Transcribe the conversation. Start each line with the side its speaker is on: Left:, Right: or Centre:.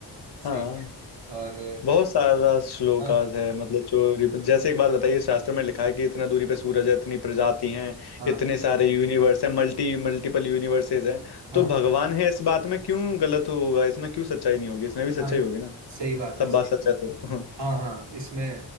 Left: हाँ
Right: सही और
Left: बहुत सारा श्लोकाज
Right: हाँ
Left: है मतलब जो रिप- जैसे एक बात बताइए शास्त्र में लिखा है कि इतना दूरी पे सूरज है इतनी प्रजाति हैं
Right: हाँ
Left: इतने सारे यूनिवर्स हैं मल्टी मल्टीपल यूनिवर्सेस हैं
Right: हाँ
Left: तो भगवान है इस बात में क्यों गलत होगा इसमें क्यों सच्चाई नहीं होगी इसमें भी सच्चाई
Right: हाँ
Left: होगी ना
Right: सही बात
Left: सब
Right: है सही
Left: बात सच
Right: बात
Left: है तो हाँ
Right: हाँ हाँ इसमें